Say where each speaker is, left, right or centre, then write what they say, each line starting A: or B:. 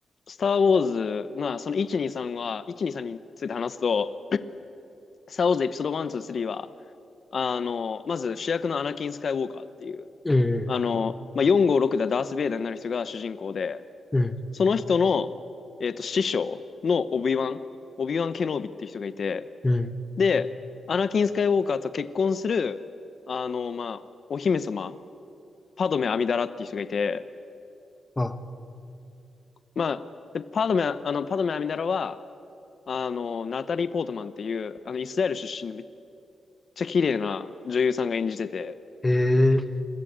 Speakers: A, on the left; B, on the left.
A: スター・ウォーズ、まあ、その1、2、3は、1、2、3について話すと、スター・ウォーズエピソード1、2、3は、あの、まず主役のアナキン・スカイ・ウォーカーっていう、
B: うん、
A: あの、まあ、4、5、6でダース・ベイダーになる人が主人公で、
B: うん、
A: その人の、えっと、師匠のオビワン、オビワン・ケノービっていう人がいて、
B: うん。
A: で、アナキン・スカイウォーカーと結婚する、あの、まあ、お姫様、パドメ・アミダラっていう人がいて、
B: あ、
A: まあ、でパドメ、あの、パドメ・アミダラは、あの、ナタリー・ポートマンっていう、あの、イスラエル出身のめっちゃ綺麗な女優さんが演じてて、
B: へえ、